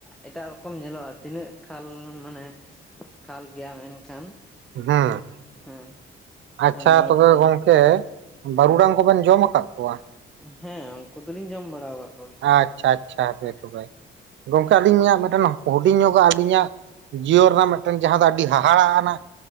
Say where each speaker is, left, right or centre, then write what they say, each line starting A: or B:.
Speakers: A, in the centre; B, on the right (about 70°).
A: ᱮᱴᱟᱜ ᱨᱚᱠᱚᱢ ᱧᱮᱞᱚᱜᱼᱟ ᱛᱤᱱᱟᱹᱜ ᱠᱷᱟᱞ ᱢᱟᱱᱮ ᱠᱷᱟᱞ ᱜᱮᱭᱟ ᱢᱮᱱᱠᱷᱟᱱ
B: ᱦᱟᱸ,
A: ᱦᱮᱸ
B: ᱟᱪ-ᱪᱷᱟ
A: ᱱᱚᱣᱟ
B: ᱛᱚᱵᱮ
A: ᱡᱟᱦᱟᱸ
B: ᱜᱚᱝᱠᱮ ᱵᱟᱹᱨᱩᱰᱟᱝ
A: ᱦᱮᱸ
B: ᱠᱚᱵᱮᱱ ᱡᱚᱢ ᱟᱠᱟᱫᱜ ᱠᱚᱣᱟ?
A: ᱦᱮᱸ ᱩᱱᱠᱩ ᱫᱚᱞᱤᱧ ᱡᱚᱢ ᱵᱟᱲᱟᱣ ᱟᱜ ᱾
B: ᱟᱪ-ᱪᱷᱟ ᱟᱪ-ᱪᱷᱟ ᱦᱟᱯᱮ ᱛᱚᱵᱮ, ᱜᱚᱝᱠᱮ ᱟᱞᱤᱧᱟᱜ ᱢᱤᱫᱴᱮᱱ ᱦᱩᱰᱤᱧ ᱧᱚᱜᱟᱜ ᱟᱞᱤᱧᱟᱜ ᱡᱤᱭᱚᱱ ᱨᱮᱱᱟᱜ ᱢᱤᱫᱴᱮᱱ ᱡᱟᱦᱟᱸ ᱫᱚ ᱟᱰᱤ ᱦᱟᱦᱟᱲᱟᱜ ᱟᱱᱟᱜ